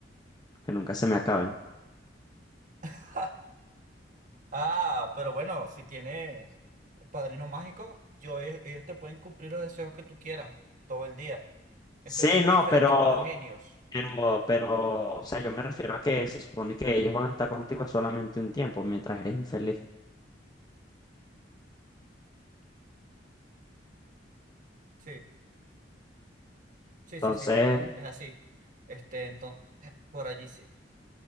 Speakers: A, on the left (about 20°); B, on the right (about 45°).
A: que nunca se me acaben.
B: <laughs> Ah, pero bueno, si tienes padrino mágico, yo, ellos ellos te pueden cumplir los deseos que tú quieras todo el día. Eso
A: Sí,
B: es muy
A: no,
B: diferente
A: pero,
B: con los genios.
A: pero, pero, o sea, yo me refiero a que se supone que ellos van a estar contigo solamente un tiempo mientras eres infeliz.
B: Sí, sí,
A: Entonces,
B: sí, sí. Es así. Este, entonces, por allí sí.